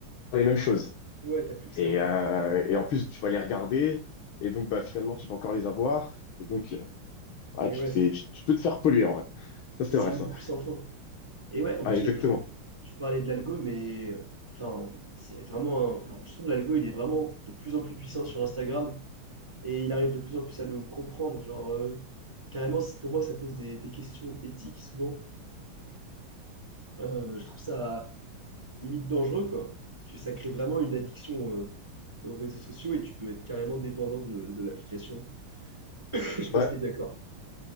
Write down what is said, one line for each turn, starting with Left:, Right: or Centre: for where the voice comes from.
Left: les mêmes choses.
Right: Ouais, t'as plus que ça,
Left: Et,
Right: quoi.
Left: euh, et en plus, tu vas les regarder, et donc, bah, finalement, tu vas encore les avoir. Et donc, euh, ouais,
Right: Et
Left: tu
Right: ouais,
Left: te
Right: c'est-
Left: fais... tu... tu peux te faire polluer, en vrai. Ça, c'est
Right: et c'est
Left: vrai,
Right: une
Left: ça.
Right: boucle sans fin. Et ouais, en plus,
Left: Ouais, exactement.
Right: le- enfin, tu parlais de l'algo, mais enfin, c'est vraiment un- enfin, je trouve que l'algo, il est vraiment de plus en plus puissant sur Instagram et il arrive de plus en plus à nous comprendre. Genre, euh, carrément, c'est- pour moi, ça pose des, des questions éthiques souvent. Euh, je trouve ça limite dangereux, quoi. Parce que ça crée vraiment une addiction euh, aux réseaux sociaux et tu peux être carrément dépendant de, de l'application. <laughs> Je sais pas
Left: Ouais.
Right: si t'es d'accord.